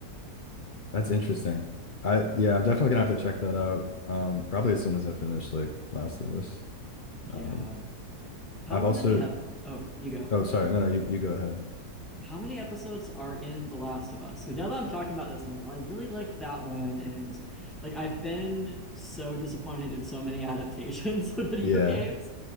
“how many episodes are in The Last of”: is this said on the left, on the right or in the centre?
Centre